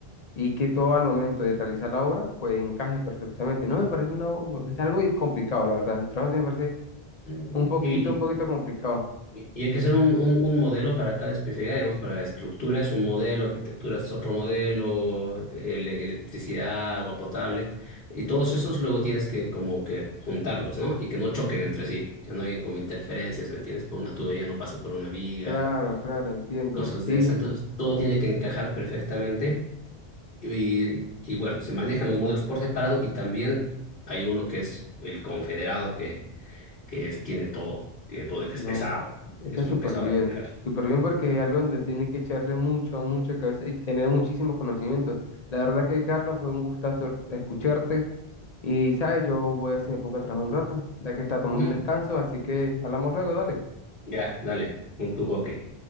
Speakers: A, on the left (about 40°); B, on the left (about 60°).
A: y que todo al momento de realizar la obra pues encaje perfectamente. No me parece una, o- me parece algo y complicado, la verdad. Su trabajo sí me parece
B: Y,
A: un poquito,
B: y-
A: un poquito complicado.
B: Y y hay que hacer un, un- un modelo para cada especialidad, digamos, para la estructura es un modelo, arquitectura es otro modelo, ele- electricidad, agua potable, y todos esos luego tienes que como que juntarlos, ¿no? Y que no choquen entre sí, que no hayan como interferencias, ¿me entiendes? Como una tubería no pasa por una viga,
A: Claro, claro, entiendo.
B: cosas
A: Sí,
B: de esas. Entonces todo tiene que encajar perfectamente y, y bueno, se manejan los modelos por separado y también hay uno que es el confederado que, que es, tiene todo, tiene todo, que
A: no,
B: es pesado,
A: está
B: que es muy
A: súper
B: pesado
A: bien.
B: de manejar.
A: Súper bien porque es algo donde tiene que echarle mucho, mucha cabeza y tener muchísimo conocimiento. La verdad que, Carlos, fue un gustazo escucharte. Y, ¿sabes? Yo voy a ver si me pongo a trabajar un rato, ya que está tomando
B: Ujú.
A: un descanso, así que hablamos luego, dale.
B: Ya, dale, con tu hockey.